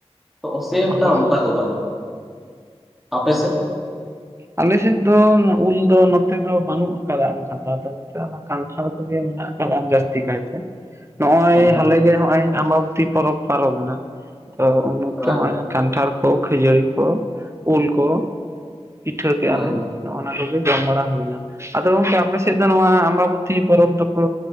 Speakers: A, in the centre; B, on the right.
A: ᱛᱚ ᱥᱮ ᱮᱠᱴᱟ
B: ᱦᱳᱭ
A: ᱚᱱᱠᱟ ᱫᱚ ᱵᱟᱝ ᱟᱯᱮ ᱥᱮᱫ
B: ᱟᱞᱮ ᱥᱮᱫ ᱫᱚ ᱩᱞ ᱫᱚ ᱱᱚᱛᱮ ᱫᱚ ᱵᱟᱹᱱᱩᱜ ᱟᱠᱟᱫᱟ ᱚᱱᱠᱟ ᱫᱚ ᱠᱚᱱᱴᱷᱟᱲ ᱠᱚᱜᱮ ᱢᱮᱱᱟᱜ ᱠᱟᱫᱟ ᱡᱟᱥᱛᱤ ᱠᱷᱟᱭᱛᱮ ᱱᱚᱜᱼᱚᱭ
A: ᱚᱱᱛᱮ
B: ᱦᱟᱞᱮᱜᱮ ᱱᱚᱜᱼᱚᱭ ᱟᱢᱵᱟᱵᱚᱛᱤ ᱯᱚᱨᱚᱵᱽ ᱯᱟᱨᱚᱢᱮᱱᱟ ᱛᱚ ᱩᱱ ᱚᱠᱛᱚ
A: ᱦᱳᱭ
B: ᱦᱚᱸᱜᱼᱚᱭ ᱠᱟᱱᱴᱷᱟᱲ ᱠᱚ ᱠᱷᱟᱹᱡᱟᱹᱲᱤ ᱠᱚ ᱩᱞ ᱠᱚ ᱯᱤᱴᱷᱟᱹ ᱠᱮᱼᱟ
A: ᱦᱳᱭ
B: ᱞᱮ ᱱᱚᱜᱼᱱᱟ ᱠᱚᱜᱮ ᱡᱚᱢ ᱵᱟᱲᱟ ᱦᱩᱭᱱᱟ ᱟᱫᱚ ᱜᱚᱝᱠᱮ ᱟᱯᱮ ᱥᱮᱫ ᱱᱚᱣᱟ ᱟᱢᱵᱟᱵᱚᱛᱤ ᱯᱚᱨᱚᱵ ᱫᱚᱠᱚ